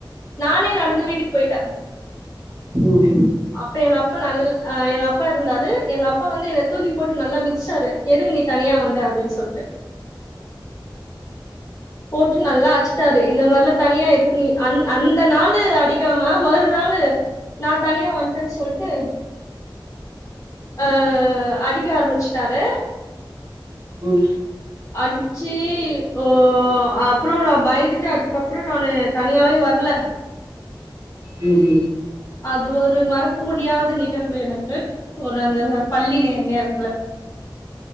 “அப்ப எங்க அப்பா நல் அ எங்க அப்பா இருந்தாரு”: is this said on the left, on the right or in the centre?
Left